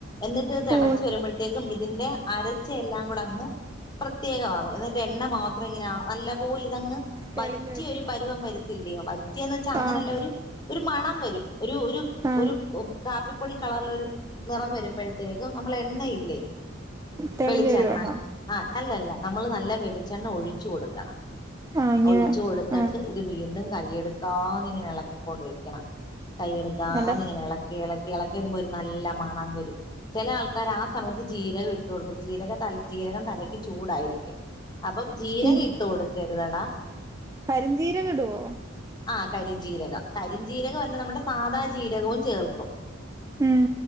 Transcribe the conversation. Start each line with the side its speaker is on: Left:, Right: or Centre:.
Left: എന്നിട്ട് തെളച്ചു
Right: ഓ
Left: വരുമ്പോഴത്തേക്കും ഇതിന്റെ അര ച്ചെഎല്ലാം കൂടെ അങ്ങ് പ്രത്യേകമാകും എന്നിട്ട് എണ്ണ മാത്രം ഇങ്ങനെ നല്ലപോലെ ഇതങ്ങ്
Right: തെളിഞ്ഞു
Left: വറ്റിയ
Right: വരും
Left: ഒരു പരുവം വരത്തില്ലയോ വറ്റിയെന്ന് വെച്ചാൽ അങ്ങനെയല്ല
Right: ആഹ്
Left: ഒരു ഒരു മണം വരും ഒരു ഒരു
Right: ആഹ്
Left: ഒരു കാപ്പിപ്പൊടി കളറിലൊരു നിറം വരുമ്പൊഴത്തേക്കും നമ്മള എണ്ണയില്ലേ
Right: തെളിഞ്ഞു
Left: വെളിച്ചെണ്ണ
Right: വരുവാണോ
Left: ആ അല്ലല്ല നമ്മള് നല്ല വെളിച്ചെണ്ണ ഒഴിച്ചു കൊടുക്കണം
Right: ആഹ് ഇങ്ങനെ
Left: ഒഴിച്ചു കൊടുത്തിട്ട്
Right: ആഹ്
Left: ഇത് വീണ്ടും കയ്യെടുക്കാതെ ഇങ്ങനെ ഇളക്കിക്കൊണ്ടിരിക്കണം കൈയെടുക്കാതെ
Right: നല്ല
Left: ഇങ്ങനെ ഇളക്കി ഇളക്കി ഇളക്കി വരുമ്പൊ ഒരു നല്ല മണം വരും ചെല ആൾക്കാർ ആ സമയത്ത് ജീരകം ഇട്ടു കൊടുക്കും ജീരകം തല ജീരകം തലയ്ക്ക് ചൂടാരിക്കും അപ്പം ജീരകം
Right: ഈ
Left: ഇട്ടു കൊടുക്കരുതെ ടാ
Right: കരിഞ്ജീരകം ഇടുവൊ
Left: ആ കരിഞ്ജീരകം കരിഞ്ജീരകം അ ല്ല നമ്മുടെ സാദാ ജീരകവും ചേർക്കും
Right: ഉം